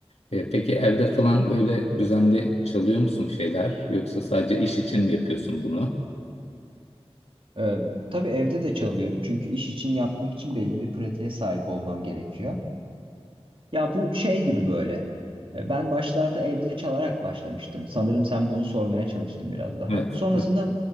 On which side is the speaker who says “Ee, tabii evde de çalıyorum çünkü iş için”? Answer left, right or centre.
Right